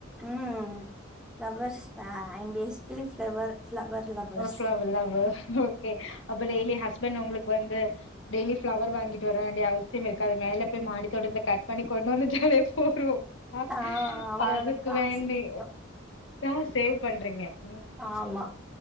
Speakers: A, in the centre; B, on the left.
A: ம் flowers a I'm basically flower flower lovers
B: ஓஷியா வெல்லாவே அப்ப டெய்லி ஹஸ்பண் உங்குளுக் வந்து டெய்லி ஃப்ளவர் வாங்கிட்டு வர வேண்டிய அவ சியம் இருக்காது மேல போய் மாடி தோட்டத்துல கட் பண்ணி கொண்டு வந்துட்டாரு. <unintelligible> அ
A: ஆ அவரோட
B: அதுக்கு
A: காசு
B: வேண்டி.
A: மிச்சம்
B: ஆ சேவ் பண்றீங்க ம்.
A: ஆமா.